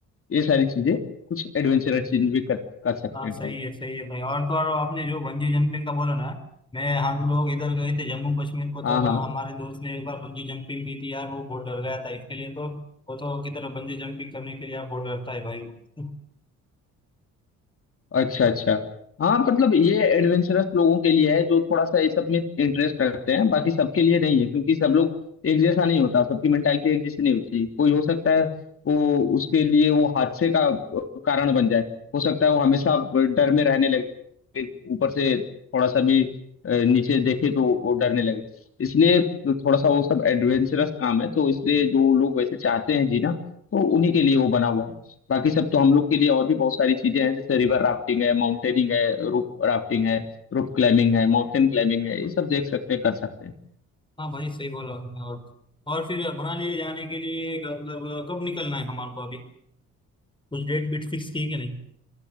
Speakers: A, on the left; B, on the left.
A: ये सारी चीजें कुछ एडवेंचरस चीज भी कर, कर सकते
B: हाँ
A: हैं
B: सही
A: ट्राई
B: है सही है भाई और तो और आपने जो बंजी जंपिंग का बोला ना मैं हम लोग इधर गए थे जम्मू कश्मीर को
A: हाँ
B: तब
A: हाँ
B: हमारे दोस्त ने एक बार बंजी जंपिंग की थी यार वो बहुत डर गया था इसके लिए तो वो तो किधर बंजी जंपिंग करने के लिए आप बहुत डरता है भाई वो
A: अच्छा अच्छा हाँ मतलब ये एडवेंचरस लोगों के लिए है जो थोड़ा सा ये सब में इंटरेस्ट रखते हैं बाकी सबके लिए नहीं है क्योंकि सब लोग एक जैसा नहीं होता सबकी मेंटालिटी एक जैसी नहीं होती कोई हो सकता है वो उसके लिए वो हादसे का कारण बन जाए हो सकता है वो हमेशा डर में रहने लगे ऊपर से थोड़ा सा भी अ, नीचे देखे तो वो डरने लगे इसलिए थोड़ा सा वो सब एडवेंचरस काम है तो इसलिए जो लोग वैसे चाहते हैं जीना तो उन्हीं के लिए वो बना हुआ है बाकी सब तो हम लोग के लिए और भी बहुत सारी चीजें हैं जैसे रिवर राफ्टिंग है माउंटेनिंग है रोप राफ्टिंग है रोप क्लाइंबिंग है माउंटेन क्लाइंबिंग है ये सब देख सकते हैं कर सकते हैं
B: हाँ भाई सही बोला आपने और और फिर मनाली जाने के लिए मतलब कब निकलना है हमारे को अभी कुछ डेट बीट फिक्स की है कि नहीं